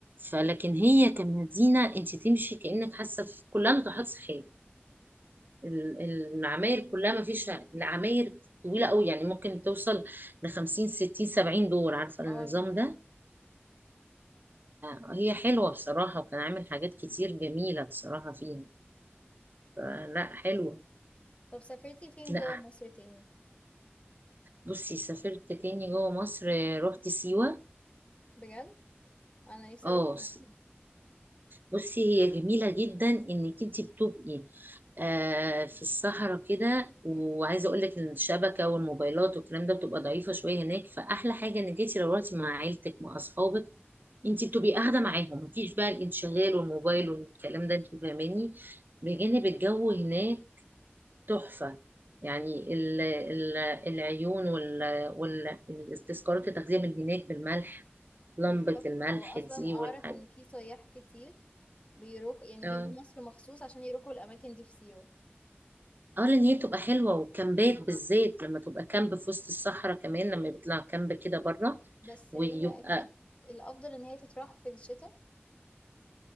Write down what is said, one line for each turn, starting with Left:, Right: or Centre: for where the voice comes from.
Right: فلكن هي كمدينه انت تمشي كانك حاسه في كلها ناطحات سحاب ال- العماير كلها ما فيش العماير طويله قوي يعني ممكن توصل ل 50 60 70 دور عارفه النظام
Left: اه شفتها
Right: ده فهي حلوه بصراحه وكان عامل حاجات كتير جميله بصراحه فيها فلا حلوه
Left: طب سافرتي فين
Right: لا
Left: جوه مصر تاني
Right: بصي سافرت تاني جوه مصر آه، رحت سيوة
Left: بجد انا نفسي
Right: اه
Left: اروح جدا
Right: س- بصي هي جميلة جدا انك انت بتبقي آه في الصحراء كده وعايزة اقول لك ان الشبكة والموبايلات والكلام ده بتبقى ضعيفة شوية هناك فاحلى حاجة انك انت لو رحتي مع عيلتك مع اصحابك انت بتبقي قاعدة معاهم مفيش بقى الانشغال والموبايل والكلام ده انت فاهماني بجانب الجو هناك تحفة يعني ال- ال- العيون وال- وال- التذكارات التغذية من هناك بالملح لمبة
Left: بالظبط
Right: الملح
Left: هو اصلا
Right: دي
Left: اعرف
Right: والحاجة
Left: ان في سياح كتير بيروح يعني
Right: اه
Left: بيجوا مصر مخصوص عشان يروحوا الاماكن دي في سيوة
Right: اه لان هي بتبقى حلوة والكامبات بالذات لما تبقى كامب في وسط الصحراء كمان لما بيطلع كامب كده بره
Left: بس
Right: ويبقى
Left: هي اكيد الافضل ان هي تتراح في الشتاء